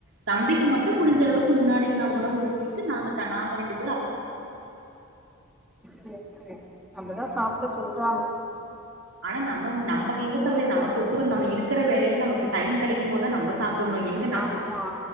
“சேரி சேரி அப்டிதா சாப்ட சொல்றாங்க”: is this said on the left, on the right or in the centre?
Centre